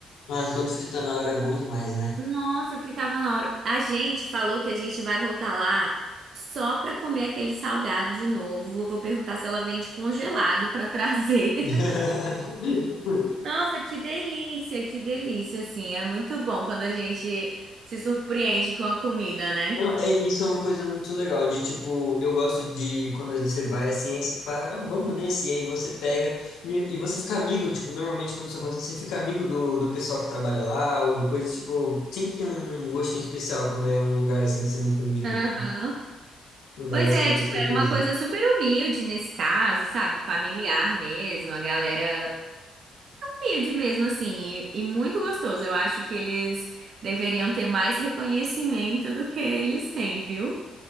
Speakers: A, on the left; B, on the right.
A: Mas quando frita na hora é bom demais, né?
B: Nossa, fritava na hora. A gente falou que a gente vai voltar lá só pra comer aquele salgado de novo. Vou perguntar se ela vende congelado pra trazer. <laughs>
A: <laughs>
B: Nossa, que delícia, que delícia, assim. É muito bom quando a gente se surpreende com a comida, né?
A: Não, é- isso é uma coisa muito legal, de tipo, eu gosto de quando às vezes você vai assim, aí você para, "Ah, vamos nesse, e aí você pega, e, e você fica amigo, tipo, normalmente quando isso acontece, você fica amigo do, do pessoal que trabalha lá, ou do coisa, tipo, sempre tem um gostinho especial quando é um lugar assim que você não combinou,
B: Aham.
A: né? Um lugar
B: Pois
A: assim
B: é,
A: que
B: tipo,
A: é surpresa.
B: era uma coisa super humilde nesse caso, sabe? Familiar mesmo, a galera humilde mesmo, assim, e, e muito gostoso. Eu acho que eles deveriam ter mais reconhecimento do que eles têm, viu?